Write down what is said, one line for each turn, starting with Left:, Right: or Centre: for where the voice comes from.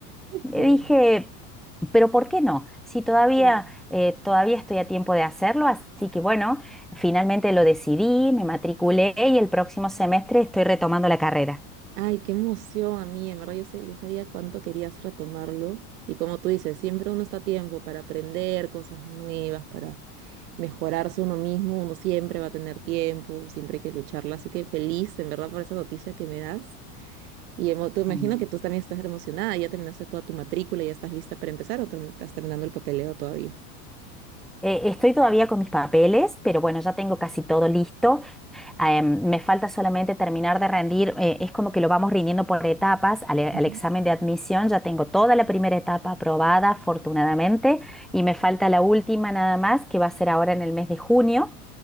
Right: súper,
Centre: mm, le dije, pero ¿por qué no? Si todavía,
Right: chévere.
Centre: eh, todavía estoy a tiempo de hacerlo, así que bueno, finalmente lo decidí, me matriculé y el próximo semestre estoy retomando la carrera.
Right: Ay, qué emoción a mí, en verdad yo, sé, yo sabía cuánto querías retomarlo y como tú dices, siempre uno está a tiempo para aprender cosas nuevas, para mejorarse uno mismo, uno siempre va a tener tiempo, siempre hay que lucharla. Así que feliz, en verdad, por esa noticia que me das. Y emo- tú imagino
Centre: Mm.
Right: que tú también estás emocionada, ya terminaste toda tu matrícula, ya estás lista para empezar o termi- estás terminando el papeleo todavía.
Centre: Eh, estoy todavía con mis papeles, pero bueno, ya tengo casi todo listo. eh, me falta solamente terminar de rendir, eh, es como que lo vamos rindiendo por etapas. Al, al
Right: Ujú.
Centre: examen de admisión ya tengo toda la primera etapa aprobada, afortunadamente, y me falta la última nada más, que va a ser ahora en el mes de junio.